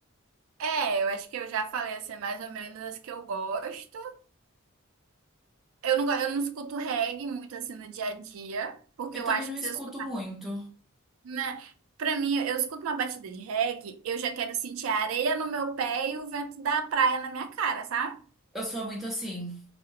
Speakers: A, on the right; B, in the centre.
A: É, eu acho que eu já falei assim, mais ou menos as que eu gosto. Eu não, go- eu não escuto reggae muito assim no dia a dia, porque
B: Eu
A: eu
B: também
A: acho
B: não
A: que
B: escuto
A: se eu escutar
B: muito.
A: Né? Pra mim, eu escuto uma batida de reggae, eu já quero sentir a areia no meu pé e o vento da praia na minha cara, sabe?
B: Eu sou muito assim.